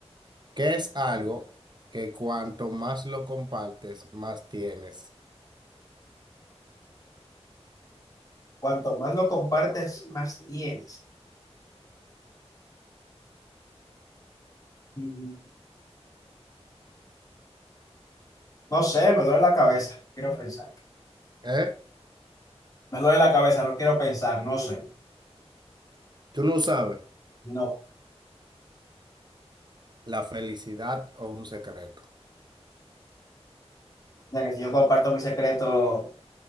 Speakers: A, on the right (about 40°); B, on the left (about 30°).
A: ¿Qué es algo que cuanto más lo compartes, más tienes?
B: Cuanto más lo compartes, más tienes. Mm, No sé, me duele la cabeza. no Quiero pensar.
A: ¿Eh?
B: Me duele la cabeza, no quiero pensar, no sé.
A: Tú no sabes
B: No. O
A: la felicidad o un secreto.
B: sea, que si yo comparto mi secreto